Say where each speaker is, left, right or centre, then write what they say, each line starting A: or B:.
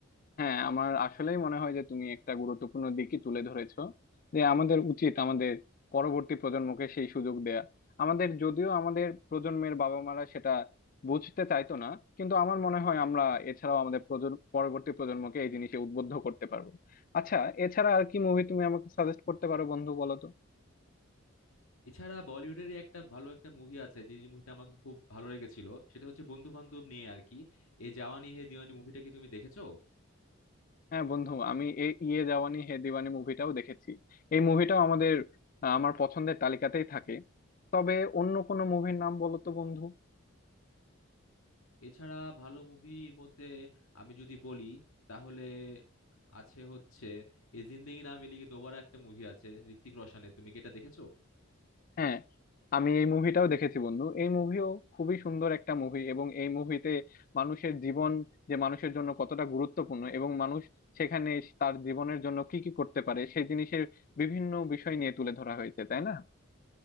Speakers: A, on the left; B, on the left.
A: হ্যাঁ আমার আসলেই মনে হয় যে তুমি একটা গুরুত্বপূর্ণ দিকই তুলে ধরেছো যে আমাদের উচিত আমাদের পরবর্তী প্রজন্মকে সেই সুযোগ দেয়া আমাদের যদিও আমাদের প্রজন্মের বাবা মারা সেটা বুঝতে চাইতো না কিন্তু আমার মনে হয় আমরা এছাড়াও আমাদের প্রজন্ম পরবর্তী প্রজন্মকে এই জিনিসে উদ্বুদ্ধ করতে পারবো আচ্ছা এছাড়া আর কি মুভি তুমি আমাকে সাজেস্ট করতে পারো বন্ধু বলো তো
B: এছাড়া বলিউডের একটা ভালো একটা মুভি আছে যে মুভিটা আমাকে খুব ভালো লেগেছিল সেটা হচ্ছে বন্ধু বান্ধব নিয়ে আর কি এই জাওয়ানি হে দিওয়ানি মুভিটা কি তুমি দেখেছো
A: হ্যাঁ বন্ধু আমি এই ইয়ে জাওয়ানি হে দিওয়ানি মুভিটাও দেখেছি এই মুভিটাও আমাদের আমার পছন্দের তালিকাতেই থাকে তবে অন্য কোনো মুভির নাম বলো তো বন্ধু
B: এছাড়া ভালো মুভির মধ্যে আমি যদি বলি তাহলে আছে হচ্ছে এই জিন্দেগি না মিলেগি দোবারা একটা মুভি আছে ঋত্বিক রোশনের তুমি কি এটা দেখেছো
A: হ্যাঁ আমি এই মুভিটাও দেখেছি বন্ধু এই মুভিও খুবই সুন্দর একটা মুভি এবং এই মুভিতে মানুষের জীবন যে মানুষের জন্য কতটা গুরুত্বপূর্ণ এবং মানুষ সেখানে তার জীবনের জন্য কি কি করতে পারে সেই জিনিসের বিভিন্ন বিষয় নিয়ে তুলে ধরা হয়েছে তাই না